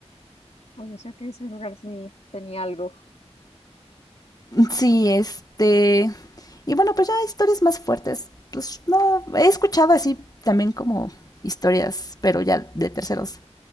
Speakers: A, on the left; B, on the left.
A: Oye, o sea que ese lugar sí tenía algo.
B: Sí, este, Y bueno, pues ya historias más fuertes. Pues no, he escuchado así también como historias, pero ya de terceros,